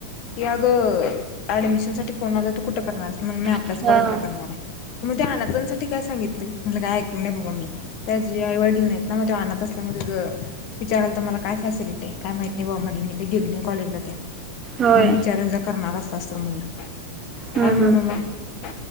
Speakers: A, on the left; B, on the right.
A: कि अग ऍडमिशन साठी फोन आला तू कुठं करणार मी आपल्याच
B: हम्म
A: कॉलेज करणार आहे मग ांसाठी काय सांगितलं म्हटलं काय ऐक नाही बाबा मी त्या आई वडील नाहीत ना म अ अनाथ आश्रम असल्या विचारायला तर मला काय फॅसिलिटी आहे काय माहित नाही बा म्हट मी तर गेलो नाही कॉजला त्या
B: होय
A: म्हन विचारून ज करणार अस असं म्हणलं
B: हम्म
A: काय म्हणू
B: हम्म
A: मग